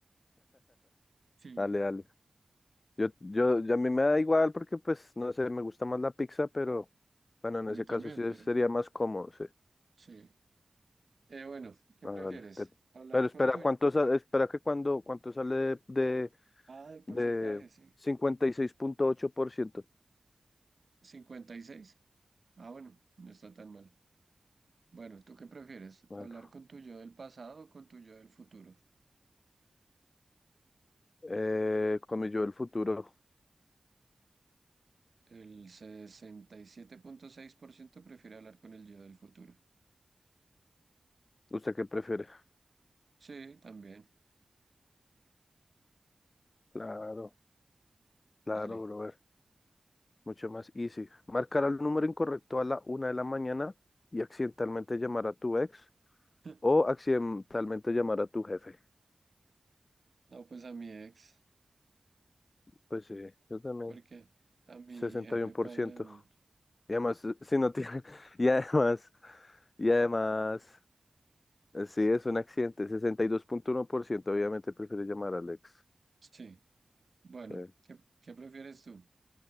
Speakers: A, on the right; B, on the left.
A: Sí,
B: Dale, dale. Yo, yo, yo- a mí me da igual porque, pues, no sé, me gusta más la pizza, pero bueno, en
A: a
B: ese
A: mí también,
B: caso sí
A: pero
B: sería más cómodo, sí.
A: sí. Eh, bueno, ¿qué
B: Ah,
A: prefieres?
B: vale. te-
A: ¿Hablar
B: Pero espera,
A: con tu...
B: ¿cuánto sa- espera que cuando, cuánto sale de,
A: Ah, el porcentaje,
B: de
A: sí.
B: cincuenta y seis punto ocho por ciento
A: cincuenta y seis Ah, bueno, no está tan mal. Bueno, ¿tú qué prefieres?
B: Bueno,
A: ¿Hablar con tu yo del pasado o con tu yo del futuro?
B: eh, comí yo el futuro.
A: El sesenta y siete punto seis por ciento prefiere hablar con el yo del futuro.
B: ¿Usted qué prefiere?
A: Sí, también.
B: Claro, claro,
A: Dale.
B: bro. Mucho más easy. Marcar al número incorrecto a la una de la mañana y accidentalmente llamar a tu ex
A: <laughs>
B: o accidentalmente llamar a tu jefe.
A: No, pues a mi ex,
B: Pues sí, yo también.
A: porque a mi
B: sesenta
A: jefe
B: Y uno por
A: paila,
B: ciento
A: güey.
B: y además, <laughs> eh, si no tiene. <laughs> Y además, y además, eh, sí, es un accidente. sesenta y dos punto uno por ciento obviamente prefiere llamar al ex.
A: <laughs> Sí. Bueno,
B: Sí.
A: ¿qué, qué prefieres tú?